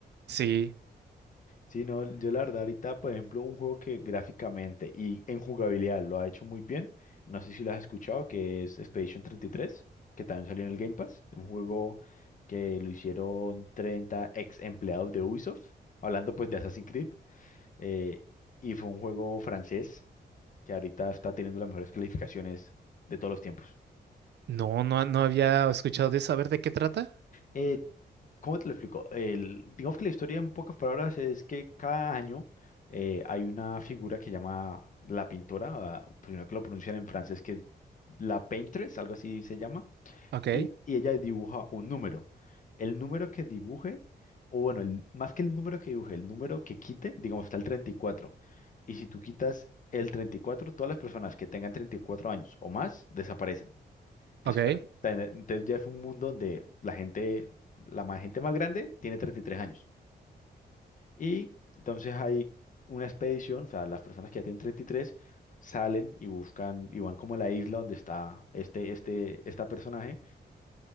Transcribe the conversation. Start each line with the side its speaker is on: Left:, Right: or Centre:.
Right: Sí,
Left: Sí, no, yo la verdad ahorita, por ejemplo, un juego que gráficamente y en jugabilidad lo ha hecho muy bien, no sé si lo has escuchado, que es Expedition treinta y tres que también salió en el Game Pass, un juego que lo hicieron 30 ex empleados de Ubisoft, hablando pues de Assassin's Creed. eh, y fue un juego francés que ahorita está teniendo las mejores calificaciones de todos los tiempos.
Right: no, no, no había escuchado de eso. A ver, ¿de qué trata?
Left: Eh, ¿cómo te lo explico? El- digamos que la historia en pocas palabras es que cada año eh, hay una figura que llama la pintora, ah, primero que lo pronuncian en francés, que es la Paintress, algo así se llama
Right: Ok,
Left: Y ella- y ella dibuja un número. El número que dibuje, o bueno, el- más que el número que dibuje, el número que quite, digamos, está el treinta Y cuatro y si tú quitas el treinta y cuatro todas las personas que tengan 34 años o más desaparecen. Entonces,
Right: ok.
Left: claro, ten- entonces ya es un mundo donde la gente, la más, gente más grande tiene 33 años. Y entonces hay una expedición, o sea, las personas que ya tienen 33 salen y buscan y van como a la isla donde está este, este, esta personaje